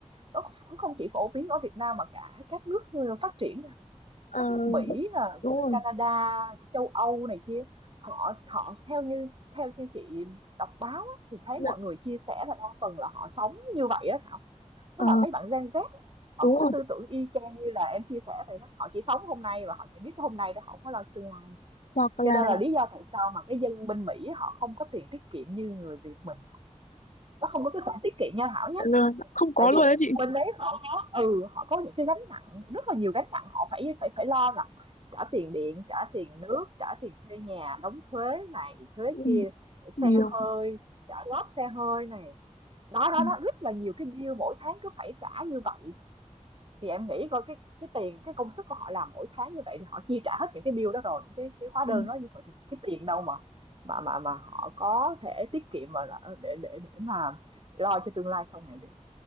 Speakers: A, on the right; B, on the left.
A: nó kh không chỉ phổ biến ở Việt Nam mà cả các nước, ờ, phát triển
B: ờ,
A: các nước Mỹ, à,
B: đúng rồi
A: Canada, châu Âu này kia, họ họ theo như theo như chị đọc báo á, thì thấy
B: dạ,
A: mọi người chia sẻ là đa phần là họ sống như vậy á Thảo. Tức
B: ờ,
A: là mấy bạn Gen Z họ
B: đúng
A: có
B: rồi
A: cái tư tưởng y chang như là em chia sẻ vậy đó. Họ chỉ sống hôm nay và họ chỉ biết cái hôm nay thôi, họ không có lo tương lai.
B: hoặc là
A: Cho nên là lý do tại sao mà cái dân bên Mỹ họ không có tiền tiết kiệm như người Việt mình. Nó không có cái khoản tiết kiệm nha Thảo nhé
B: là không có
A: tại vì
B: luôn đó chị
A: bên đấy họ có ừ họ có những cái gánh nặng rất là nhiều gánh nặng họ phải phải phải lo là trả tiền điện trả tiền nước trả tiền thuê nhà đóng thuế này thuế
B: ừ,
A: kia
B: nhiều
A: xe hơi trả góp xe hơi này đó đó
B: ừ.
A: đó rất là nhiều cái bill mỗi tháng cứ phải trả như vậy đó. thì em nghĩ coi cái cái tiền cái công sức của họ làm mỗi tháng như vậy thì họ chia trả hết những cái bill đó rồi những cái cái hóa đơn
B: Ừ.
A: đó như vậy thì cái tiền đâu mà mà mà mà họ có thể tiết kiệm mà là- để để để mà lo cho tương lai sau này được